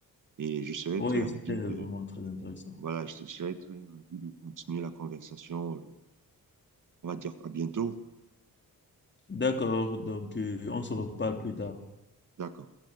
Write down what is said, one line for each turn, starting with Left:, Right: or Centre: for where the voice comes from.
Right: et je serais
Left: Oui,
Right: très ravi
Left: c'était vraiment
Right: de
Left: très intéressant.
Right: Voilà, je serais très ravi de continuer la conversation. euh, On va dire à bientôt.
Left: D'accord, donc euh, on se reparle plus tard.
Right: D'accord.